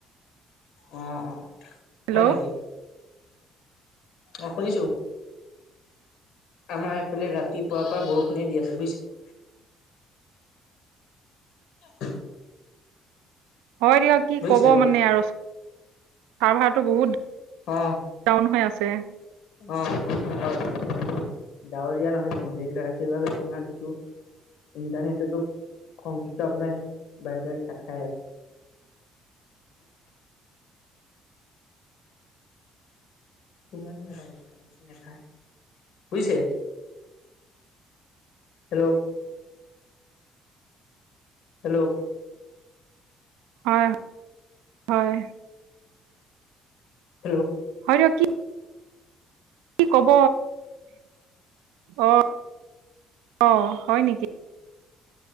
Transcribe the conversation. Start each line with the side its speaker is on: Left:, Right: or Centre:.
Left: অঁ অঁ
Right: হেল্ল'
Left: হয় নেকি। অ'শুনিছো, আমাৰ ফালে ৰাতিপুৱাৰ পৰা বৰষুণে দি আছে বুজিছে। <unintelligible>
Right: হয় দিয়ক কি
Left: বুজিছে
Right: ক'ব মানে আৰু চাৰ্ভাৰটো বহুত।
Left: অ
Right: ডাউন হৈ আছে।
Left: অ', বতৰটো ডাৱৰীয়া নহয় জানো সেইকাৰণে সেইবাবে আপোনাৰ যিটো ইণ্টাৰনেটতটো সংযুক্ত আপোনাৰ বাৰে বাৰে কাত খাই আছে। <inaudible> <inaudible> <unintelligible> বুজিছে। হেল্ল' হেল্ল'
Right: হয়, হয়।
Left: হেল্ল'
Right: <unintelligible> কি কব, অ'। অ' হয় নেকি।